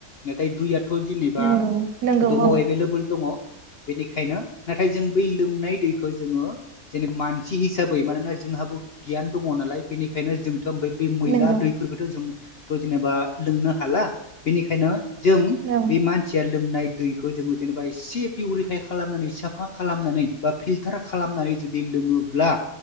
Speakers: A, on the left; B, on the right.
A: नाथाय दुयाथ जेनेबा
B: नंगौ नंगौ
A: दङ
B: औ
A: एभेलेबोल दङ बेनिखायनो नाथाय जों बै लोंनाय दैखो जोङो जेने मानसि हिसाबै मानोना जोंहा हाबो गियान दङ नालाय बेनिखायनो जों थोमबै बै मैला
B: नंगौ
A: दैफोरखोथ जों थ जेनेबा लोंनो हाला बेनिखायनो जों
B: औ
A: बे मानसिया लोंनाय दैखो जोङो जेनेबा एसे पिउरिफाय खालामनानै साफा खालामनानै बा फिलटार खालामनानै जुदि लोङोब्ला